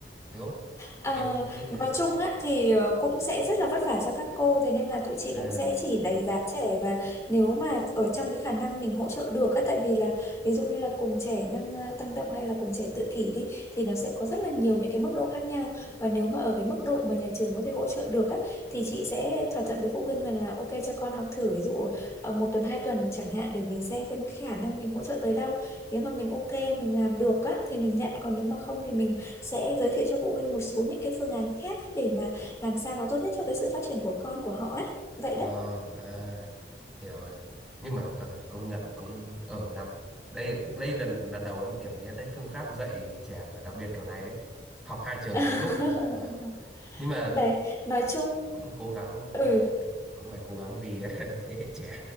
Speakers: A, in the centre; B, on the left.
A: đúng không
B: À,
A: em nghĩ thế
B: nói chung á, thì ờ, cũng sẽ rất là vất vả cho các cô thế nên là tụi chị
A: ừ
B: cũng sẽ chỉ đánh giá trẻ và nếu mà ở trong cái khả năng mình hỗ trợ được á, tại vì là ví dụ như là cùng trẻ năng ờ, tăng động hay là cùng trẻ tự kỷ đi thì nó sẽ có rất là nhiều những cái mức độ khác nhau và nếu mà ở cái mức độ mà nhà trường có thể hỗ trợ được á, thì chị sẽ thỏa thuận với phụ huynh rằng là ok cho con học thử ví dụ ờ, một tuần hai tuần chẳng hạn để mình xem xem cái khả năng mình hỗ trợ tới đâu nếu mà mình ok mình làm được á, thì mình nhận còn nếu mà không thì mình sẽ giới thiệu cho phụ huynh một số những cái phương án khác để mà làm sao nó tốt nhất cho cái sự phát triển của con của họ á vậy
A: Vâng,
B: đó
A: à, hiểu rồi. Nhưng mà ờ, công nhận cũng ở làm đây đây lần lần đầu em kiểu nghe tới phương pháp dạy trẻ đặc biệt kiểu này ấy. Học hai trường
B: <laughs>
A: cùng lúc. Vâng. Nhưng mà
B: đấy nói chung
A: cũng cố gắng
B: ừ
A: ừ, cũng phải cố gắng vì <laughs> thế hệ trẻ.